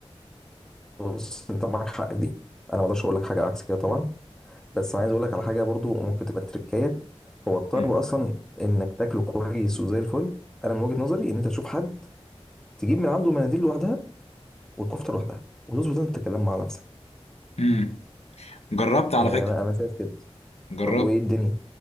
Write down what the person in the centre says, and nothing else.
بص انت معاك حق في دي انا ما اقدرش اقول لك حاجه عكس كده طبعا بس عايز اقول لك على حاجه برضو ممكن تبقى تركايه هو الطرب
اصلا انك تاكله كويس وزي الفل انا من وجهه نظري ان انت تشوف حد تجيب من عنده مناديل لوحدها والكفته لوحدها وتظبط انت تتكلم مع نفسك
يعني
انا انا شايف كده
طب وايه الدنيا